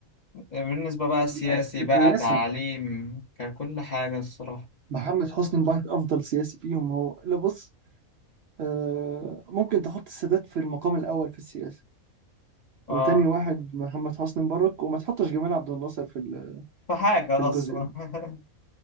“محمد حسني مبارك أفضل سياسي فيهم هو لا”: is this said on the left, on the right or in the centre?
Right